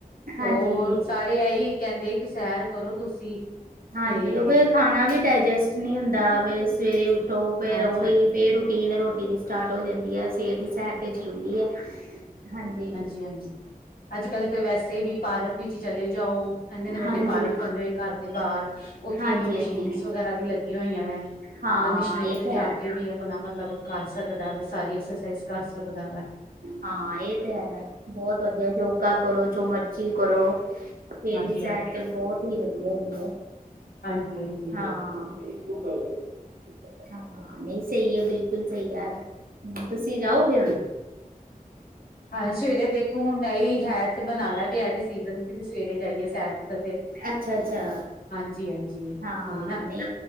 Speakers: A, on the right; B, on the left.
A: ਹਾਂਜੀ
B: ਓ ਸਾਰੇ ਐਈ ਕੈਂਦੇ, ਕਿ ਸੈਰ ਕਰੋ ਤੁਸੀਂ
A: ਹਾਂਜੀ
B: ਤੇ
A: ਉਹ ਫੇਰ ਖਾਣਾ ਵੀ ਡਾਇਜੈਸਟ ਨੀ ਹੁੰਦਾ, ਵ ਸਵੇਰੇ ਉੱਠੋ ਫਿਰ
B: ਹਾਂਜੀ
A: ਓਹੀ ਫੇਰ ਰੂਟੀਨ ਰੋਟੀ ਦੀ ਸਟਾਰਟ ਹੋ ਜਾਂਦੀ ਐ, ਸਵੇਰ ਦੀ ਸੈਰ ਤੇ ਜ਼ਰੂਰੀ ਐ, ਹਾਂਜੀ।
B: ਜੀ ਹਾਂਜੀ। ਅੱਜ ਕੱਲ੍ਹ ਤਾਂ ਵੈਸੇ ਵੀ ਪਾਰਕ ਵਿੱਚ ਚਲੇ ਜਾਓ, ਕੈਂਦੇ ਨੇ ਵੱਡੇ
A: ਹਾਂਜੀ
B: ਪਾਰਕ ਬਣ ਹੋਏ ਨੇ, ਘਰ ਦੇ ਬਾਰ। ਉੱਥੇ
A: ਹਾਂਜੀ
B: ਐਨੀਆ ਮਸ਼ੀਨਸ
A: ਹਾਂਜੀ
B: ਵਗੈਰਾ ਵੀ ਲੱਗੀਆਂ ਹੋਈਆਂ ਵੈਂ।
A: ਹਾਂ
B: ਬੰਦਾ ਮਸ਼ੀਨ
A: ਇਹ
B: ਤੇ
A: ਤਾਂ
B: ਜਾ
A: ਹੈ
B: ਕੇ ਵੀ ਆਪਣਾ ਮਤਲਬ ਕਰ ਸਕਦਾ ਵਾ, ਸਾਰੀ ਐਕਸਰਸਾਈਜ਼ ਕਰ ਸਕਦਾ ਵਾ।
A: ਹਾਂ ਏ ਤੇ ਹੈ ਬੋਤ ਵਧੀਆ, ਯੋਗਾ ਕਰੋ ਜੋ ਮਰਜੀ ਕਰੋ। ਸਵੇਰ
B: ਹਾਂਜੀ
A: ਦੀ ਸੈਰ ਤੇ ਬਹੁਤਹੀ ਵਧੀਆ ਹੈਗੀ ਐ
B: ਹਾਂਜੀ ਹਾਂਜੀ
A: ਹਾਂ। ਤੂੰ ਗੱਲ ਕਰ, ਹਾਂ ਨਈ, ਸਈ ਐ ਬਿਲਕੁੱਲ ਸਈ ਐ। ਹੂੰ ਤੁਸੀਂ ਜਾਓਗੇ ਹੁਣ?
B: ਹਾਂ ਸਵੇਰੇ ਦੇਖੋ ਹੁਣ ਏ ਈ ਹੈ ਤੇ, ਬਣਾਇਆ ਤੇ ਹੈ ਡਸੀਜਨ, ਕੀ ਅਸੀਂ ਸਵੇਰੇ ਜਾਈਏ ਸੈਰ ਕਰਦੇ।
A: ਅੱਛਾ-ਅੱਛਾ,
B: ਹਾਂਜੀ ਹਾਂਜੀ
A: ਹਾਂ
B: ਹੋਈ ਨਾ
A: ਨਈ।